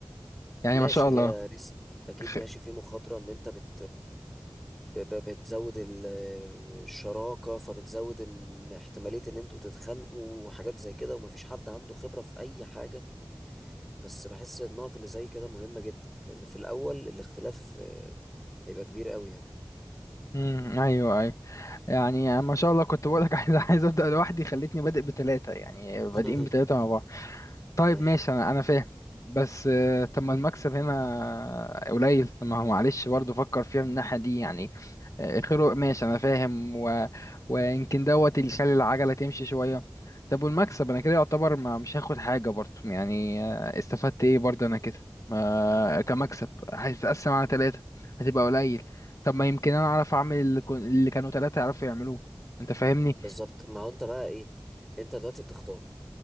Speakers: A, on the left; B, in the centre.
A: يعني
B: ماشي
A: ما شاء الله
B: هي ريسك اكيد
A: خ...
B: ماشي في مخاطرة ان انت بت ب- ب- بتزود ال- الشراكة فبتزود ان احتمالية ان انتوا تتخانقوا وحاجات زي كده ومفيش حد عنده خبرة في اي حاجة بس بحس النقط اللي زي كده مهمة جدا لأن في الأول الاختلاف آه، هيبقى كبير قوي يعني
A: مم. ايوه ايوه يعني ما شاء الله كنت بقولك <laughs> عايز عايز ابدا لوحدي خليتني بادئ بثلاثه يعني بادئين
B: <laughs>
A: بثلاثه مع بعض طيب
B: أي،
A: ماشي انا انا فاهم بس آه، طب ما المكسب هنا قليل طب ما هو معلش برضه فكر فيها من الناحية دي يعني آه، خيره ماشي انا فاهم و... ويمكن دوت اللي يخلي العجلة تمشي شوية طب والمكسب انا كده يعتبر ما مش هاخد حاجة برضه يعني آه، استفدت ايه برضه انا كده ما كمكسب هتتقسم على ثلاثة هتبقى قليل طب ما يمكن انا اعرف اعمل اللي, كن... اللي كانوا ثلاثة يعرفوا يعملوه انت فاهمني
B: بالظبط ما هو أنت بقى إيه أنت دلوقتي بتختار